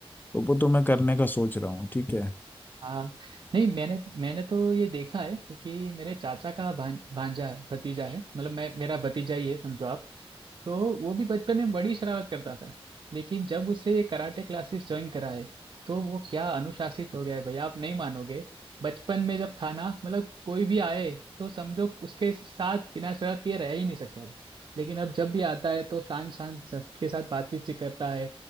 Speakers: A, on the left; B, on the right.
A: तो वो तो मैं करने का सोच रहा हूँ ठीक है
B: हाँ नहीं मैंने मैंने तो ये देखा है क्योंकि मेरे चाचा का भां, भांजा है भतीजा है मतलब मैं मेरा भतीजा ही है समझो आप तो वो भी बचपन में बड़ी शरारत करता था लेकिन जब उसे ये कराटे क्लासेस ज्वाइन कराए तो वो क्या अनुशासित हो गया है भैया आप नहीं मानोगे बचपन में जब था ना मतलब कोई भी आए तो समझो उसके साथ बिना शरारत ये रह ही नहीं सकता था लेकिन अब जब भी आता है तो शान शान सबके साथ बातचीत सी करता है